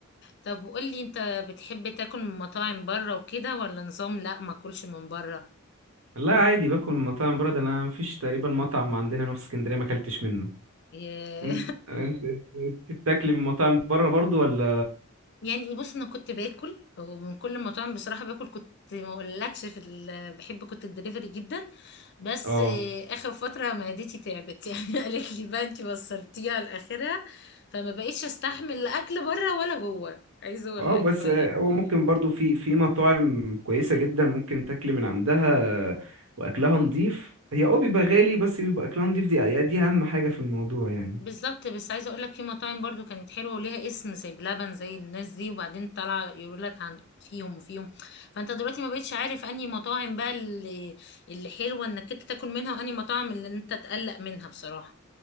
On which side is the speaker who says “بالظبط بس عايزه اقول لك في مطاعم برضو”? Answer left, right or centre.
Left